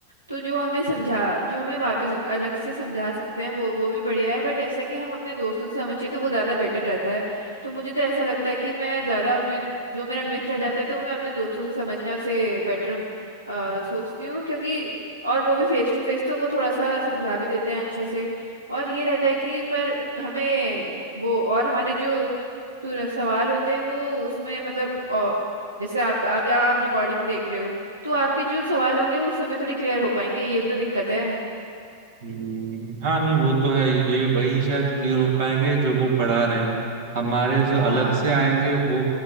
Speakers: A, on the right; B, on the right.
A: तो जो हमें समझा जो हमें वापस अलग से समझा सकते हैं वो वो भी बढ़िया है बट ऐसा कि हम अपने दोस्तों से समझिए तो वो ज़्यादा बेटर रहता है तो मुझे तो ऐसा लगता है कि मैं ज़्यादा अपने जो मेरा मित्र रह जाता है तो मैं अपने दोस्तों से समझना उसे बेटर सोचती हूँ क्योंकि और वो भी फेस टू फेस तो वो थोड़ा सा समझा भी देते हैं अच्छे से और ये रहता है कि पर हमें वो और हमारे जो तुर- सवाल होते हैं वो उसमें मतलब अ, जैसे आप आप, आप रिकॉर्डिंग देख रहे हो तो आपके जो सवाल होंगे वो उस समय थोड़े क्लियर हो पाएंगे ये भी तो दिक्कत है
B: हम्म, हाँ नहीं वो तो है ये वही शायद क्लियर हो पाएंगे जो वो पढ़ा रहे हैं हमारे जो अलग
A: हाँ
B: से आएंगे वो